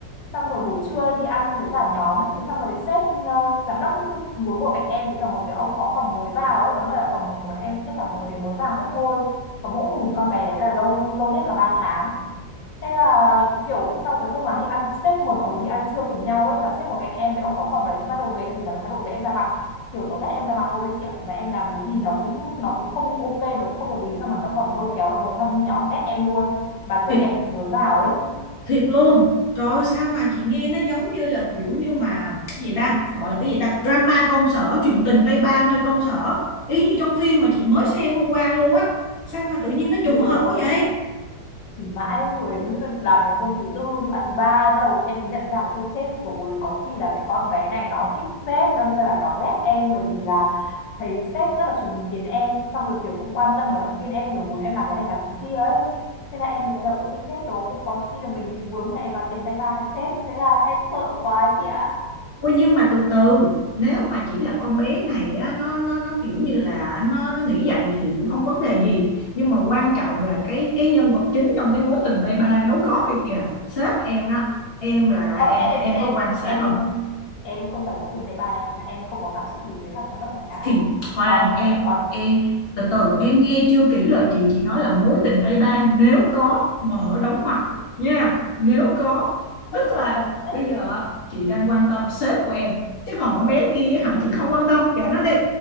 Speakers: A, on the left; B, on the left.
A: xong rồi buổi trưa đi ăn với cả nhóm ấy thì xong rồi sếp ờ, giám đốc ấy cứ muốn ngồi cạnh em với cả một cái ông phó phòng mới vào ấy có nghĩa là phòng của em tất cả mọi người đều mới vào hết thôi có mỗi mình con bé đấy là lâu lâu nhất là 3 tháng thế là kiểu sau cái hôm mà đi ăn sếp mời mọi người đi ăn trưa cùng nhau ấy và sếp ngồi cạnh em với ông phó phòng đấy thì bắt đầu về thì nó thái độ với em ra mặt kiểu nó ghét em ra mặt luôn đấy chị ạ và em làm cái gì nó cũng nó cũng không ok nó cũng không đồng ý xong rồi nó còn lôi kéo mọi người trong nhóm ghét em luôn mà kiểu
B: Thì
A: em cũng mới vào ấy
B: thiệt luôn trời ơi, sao mà chị nghe nó giống như là kiểu như mà cái gì ta gọi là cái gì ta drama công sở chuyện tình tay ba nơi công sở y như trong phim mà chị mới xem hôm qua luôn á sao mà tự nhiên nó trùng
A: ôi
B: hợp quá vậy
A: thì mãi rồi đấy làm đến hôm thứ tư à thứ ba bắt đầu em mới nhận ra là thôi chết rồi có khi là cái con bé này nó thích sếp đâm ra là nó ghét em bởi vì là thấy sếp rất là chú ý đến em xong rồi kiểu cũng quan tâm và động viên em rồi muốn em làm cái này làm cái kia ấy thế là em mới thấy là ôi thôi chết rồi thế có khi là mình bị vướng mà em vào tình tay ba thì chết thế là em sợ quá chị ạ
B: Ôi nhưng mà từ từ nếu mà chỉ là con bé này á, nó nó nó kiểu như là nó nó nghĩ vậy thì cũng không vấn đề gì nhưng mà quan trọng là cái cái nhân vật chính trong cái mối tình tay ba nếu có thì kìa sếp em đó em là
A: ờ,
B: em
A: em
B: em
A: em
B: có quan sát
A: em
B: không
A: em em không phải mối tình tay ba nha em không có cảm xúc gì với thằng giám đốc này cả
B: thì khoan
A: còn
B: em
A: còn
B: em từ từ em nghe chưa kỹ lời chị chị nói là mối tình tay ba nếu có mở đóng ngoặc nha nếu có tức
A: <laughs>
B: là bây giờ chị đang quan tâm sếp của em chứ còn con bé kia hả chị không quan tâm kệ nó đi